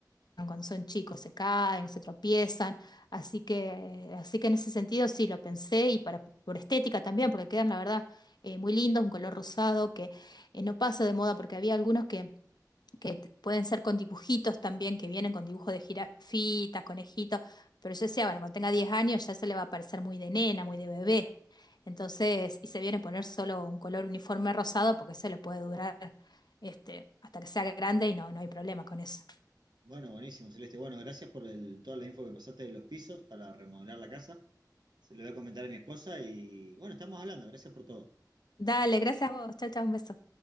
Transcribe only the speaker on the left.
cuando son chicos, se caen, se tropiezan, así que, así que en ese sentido sí lo pensé y para, por estética también, porque quedan la verdad eh, muy lindos, un color rosado que eh, no pasa de moda porque había algunos que, que t- pueden ser con dibujitos también, que vienen con dibujos de jirafitas, conejitos, pero yo decía, bueno, cuando tenga 10 años ya se le va a parecer muy de nena, muy de bebé, entonces, y se viene a poner solo un color uniforme rosado porque se le puede durar este, hasta que sea grande y no, no hay problema con eso.
Dale, gracias a vos. Chao, chao, un beso.